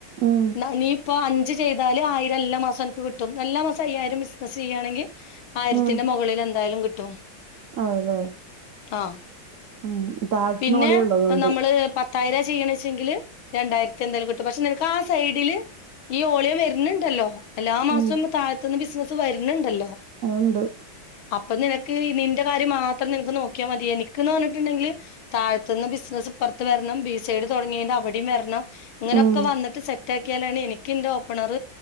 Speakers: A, on the right (about 65°); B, on the left (about 85°).
A: ഉം
B: ന്ന നീ ഇപ്പ അഞ്ച് ചെയ്താല് ആയിരം എല്ലാമാസം അനക്ക് ക് ട്ടും എല്ലാ മാസം അയ്യായിരം ബിസിനസ്സ് ചെയ്യാണെങ്കി ആയിരത്തിന്റെ
A: ഉം
B: മൊകളില് എന്തായാലും കിട്ടും
A: അതല്ലേ
B: ആഹ്
A: ഉം താഴത്ത്ന്ന്
B: പിന്നെ
A: ഓളിയുള്ളതുകൊണ്ട്
B: നമ്മള് തായരാ ചെയ്യണ വെച്ചെങ്കില് രണ്ടായിരത്തി എന്തെങ്കിലും കിട്ടും പക്ഷെ നിനക്ക് ആ സൈഡില് ഈ ഓളിയ വരുന്നുണ്ടല്ലോ എല്ലാ മാസവും
A: ഉം
B: താഴത്തുന്ന് ബിസിനസ്സ് വരുന്നുണ്ടല്ലോ
A: അത് ഉണ്ട്
B: അപ്പൊ നിനക്ക് നിന്റെ കാര്യം മാത്രം നിനക്ക് നോക്കിയാ മതി എനക്ക്ന്ന് പറഞ്ഞിട്ടുണ്ടെങ്കില് താഴ്ത്ത് നിന്ന് ബിസിനസ്സ്പ്പറത്ത് വരണം ബി സൈഡ് തുടങ്ങിയ അവിടെയും വരണം ഇങ്ങനെയൊക്കെ
A: ഉം
B: വന്നിട്ട് സെറ്റ് ആക്കിയാലാണ് എനിക്ക് എന്റെ ഓപ്പണർ